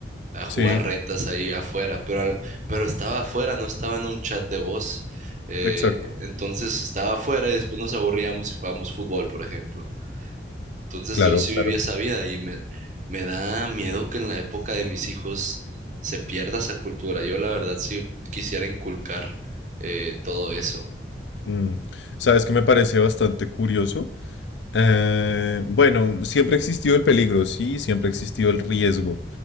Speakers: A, on the right (about 45°); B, on the left (about 80°).
A: a jugar
B: Sí,
A: retas ahí afuera, pero, al- pero estaba afuera, no estaba en un chat de voz. Eh,
B: exacto.
A: entonces estaba afuera y después nos aburríamos y jugábamos fútbol, por ejemplo. Entonces
B: Claro,
A: yo sí
B: claro.
A: viví esa vida y me, me da miedo que en la época de mis hijos se pierda esa cultura. Yo la verdad sí quisiera inculcar eh, todo eso.
B: Mm. ¿Sabes qué me parece bastante curioso? Eh, bueno, siempre existió el peligro, sí, siempre existió el riesgo,